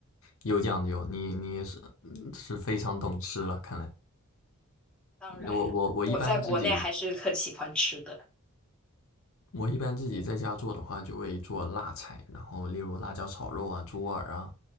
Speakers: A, on the left; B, in the centre.
A: 有讲究，你你是嗯是非常懂吃了，看来
B: 当然，
A: 我我我一般自己。
B: 我在国内还是很喜欢吃的，
A: 我一般自己在家做的话，就会做辣菜，然后例如辣椒炒肉啊、猪耳啊，